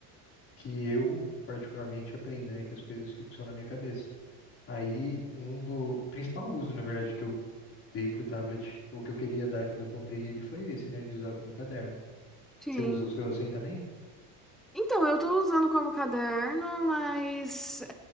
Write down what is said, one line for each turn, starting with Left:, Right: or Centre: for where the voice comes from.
Left: que eu particularmente aprendo, né? Que as coisas ficam na minha cabeça. Aí, um do o principal uso, na verdade, que eu dei pro tablet, ou que eu queria dar quando eu comprei ele, foi esse, né? De usar como caderno.
Centre: sim.
Left: Você usa o seu assim também?
Centre: Então, eu tô usando como caderno, mas é-